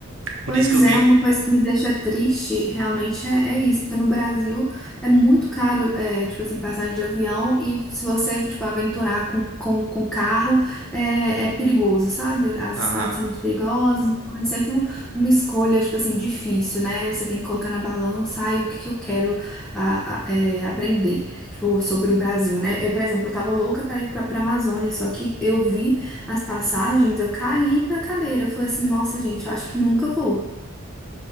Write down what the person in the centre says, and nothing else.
Pois
é,
uma coisa que me deixa triste realmente é, é isso, porque no Brasil é muito caro, é, tipo assim, passagem de avião e se você, tipo, aventurar com, com, com carro, é, é perigoso, sabe? As
estradas são muito perigosas, então é sempre um- uma escolha, tipo assim, difícil, né? Você tem que colocar na balança, ai, o que que eu quero a- a- é, aprender, tipo, sobre o Brasil, né? Eu, por exemplo, eu tava louca pra ir pra, pra Amazônia, só que eu vi as passagens, eu caí da cadeira. Eu falei assim, nossa, gente, eu acho que nunca vou.